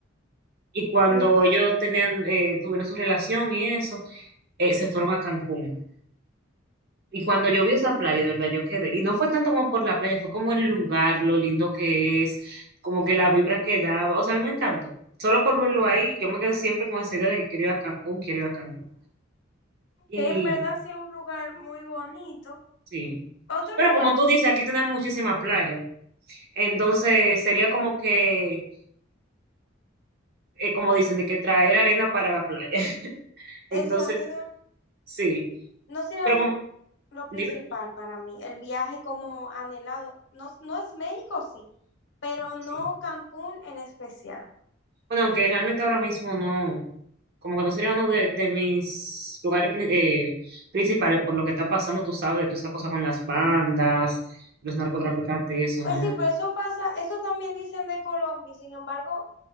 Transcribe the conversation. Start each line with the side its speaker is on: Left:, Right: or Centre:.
Right: Y cuando
Left: Mm,
Right: ellos tenían, eh, tuvieron su relación y eso, eh, se fueron a Cancún. Y cuando yo vi esa playa, de verdad, yo quedé. Y no fue tanto como por la playa, fue como el lugar, lo lindo que es, como que la vibra que daba. O sea, a mí me encantó. Solo por verlo ahí, yo me quedé siempre con esa idea de que quiero ir a Cancún, quiero ir a Cancún. Y
Left: Que en verdad sea un lugar muy bonito.
Right: sí.
Left: Otro
Right: Pero
Left: lugar,
Right: como tú dices, aquí tenemos muchísima playa. Entonces sería como que, eh, como dicen, de que traer arena para la playa. <laughs> Entonces,
Left: exacto,
Right: sí.
Left: no sería
Right: Pero
Left: mi
Right: como,
Left: lo
Right: dime.
Left: principal para mí, el viaje como anhelado. No, no es México, sí, pero no
Right: Sí.
Left: Cancún en especial.
Right: Bueno, aunque realmente ahora mismo no, como que no sería uno de, de mis lugares pri- eh, principales por lo que está pasando, tú sabes, de toda esa cosa con las bandas, los narcotraficantes y eso,
Left: Pues
Right: ¿no?
Left: sí, pero eso pasa, eso también dicen de Colombia, y sin embargo,